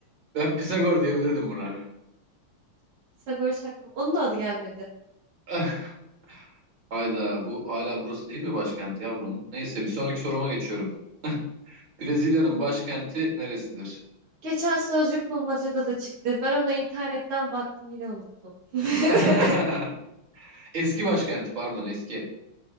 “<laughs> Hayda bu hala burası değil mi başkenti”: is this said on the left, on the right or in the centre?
Right